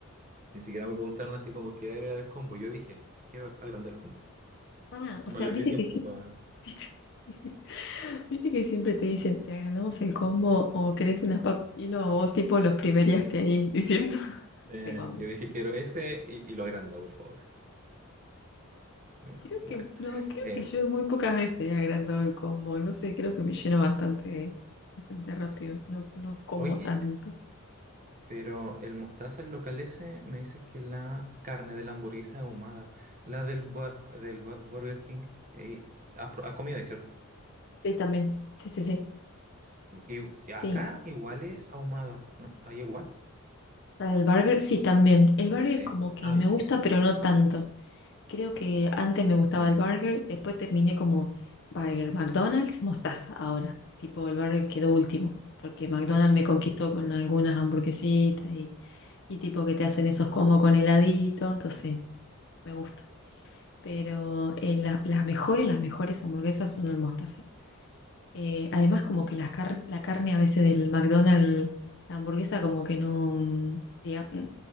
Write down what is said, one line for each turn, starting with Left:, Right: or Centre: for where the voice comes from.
Right: Ni siquiera me preguntaron así como, ¿quiere agregar el combo? Yo dije, quiero agrandar el combo.
Left: Ah, o
Right: No
Left: sea,
Right: les
Left: viste
Right: di tiempo
Left: que sí.
Right: para...
Left: <laughs> Viste que siempre te dicen, te agrandamos el combo o querés unas papas. Y no, vos tipo los primeriaste
Right: yo,
Left: ahí diciendo, <laughs>
Right: eh,
Left: tengo hambre.
Right: yo dije, quiero ese y, y lo agranda, por favor. Eh,
Left: Creo
Right: bueno.
Left: que, no, creo
Right: Eh,
Left: que yo muy pocas veces he agrandado el combo. No sé, creo que me lleno bastante, bastante rápido. No, no como
Right: oye.
Left: tanto.
Right: Pero el mostaza, el local ese, me dices que es la carne de la hamburguesa ahumada, la del, bua- del bu- Burger King, eh, has, pro- has comido ahí, ¿cierto?
Left: Sí, también. Sí, sí, sí.
Right: Y
Left: Sí,
Right: acá igual es ahumada, ¿no? Ahí igual.
Left: La del burger, sí, también. El burger
Right: Sí.
Left: como que
Right: Ah,
Left: me
Right: ya.
Left: gusta, pero no tanto. Creo que antes me gustaba
Right: Mm.
Left: el burger, después terminé como burger, McDonald's, mostaza ahora. Tipo, el burger quedó último, porque McDonald's me conquistó con algunas hamburguesitas y, y tipo que te hacen esos como con heladito, entonces me gusta. Pero eh, la- las mejores, las mejores hamburguesas son el mostaza. Eh, además, como que las car- la carne a veces del McDonald's, la hamburguesa como que no, mm, diga- mm,